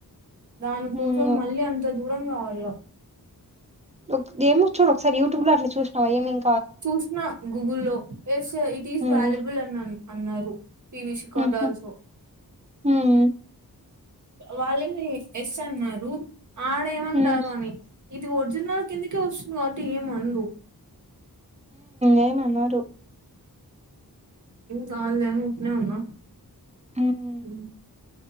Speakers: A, on the right; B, on the right.
A: దానికోసం
B: ఉమ్
A: మళ్ళీ అంత దూరం కావాలి వ
B: ఒక ఏమో చూడు ఒకసారి యూట్యూబ్ లో అట్లా చూసావా ఏమమిం
A: చూసిన గూగుల్లో yes it is
B: um
A: valuable అని అను అన్నారు పి విషికార్డల్సో
B: ఉహు ఉమ్
A: వాళ్ళ ఎస్ అన్నారు ఆడేమంటారు
B: ఉమ్
A: అని ఇది ఒరిజినల్ కిందకే వస్తుంది కాబట్టి ఏం మందు
B: అే మన్నారు
A: దాల దను ఉప్పునే ఉన్నా
B: హ్మ్
A: హ